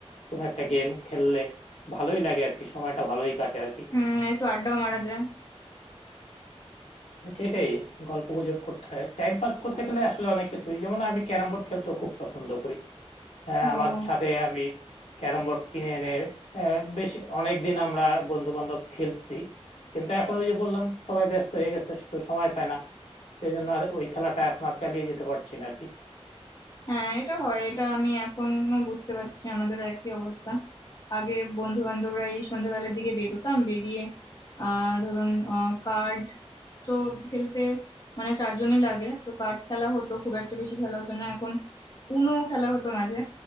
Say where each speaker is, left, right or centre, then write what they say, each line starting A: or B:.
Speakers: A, on the left (about 80°); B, on the left (about 35°).
A: কোনো একটা গেম খেললে ভালোই লাগে আর কি সময়টা ভালোই কাটে আর কি
B: হুম একটু আড্ডাও মারা যায়
A: সেটাই গল্প গুজব করতে হয় টাইম পাস করতে গেলে আসলে অনেক কিছুই যেমন আমি ক্যারাম বোর্ড খেলতে খুব পছন্দ করি আহ,
B: ও
A: আমার ছাদে আমি ক্যারাম বোর্ড কিনে এনে আহ, বেশ অনেকদিন আমরা বন্ধু বান্ধব খেলছি কিন্তু এখন ওই যে বললাম সবাই ব্যস্ত হয়ে গেছে কেউ সময় পায় না সেই জন্য আর ওই খেলাটা এখন আর চালিয়ে যেতে পারছি না আর কি
B: হ্যাঁ এটা হয় এটা আমি এখনো বুঝতে পারছি আমাদেরও একই অবস্থা আগে বন্ধু বান্ধবরা এই সন্ধ্যাবেলার দিকে বেরোতাম বেরিয়ে আহ ধরুন কার্ড তো খেলতে মানে চারজনই লাগে তো কার্ড খেলা হতো খুব একটা বেশি খেলা হতো না এখন উনো খেলা হতো মাঝে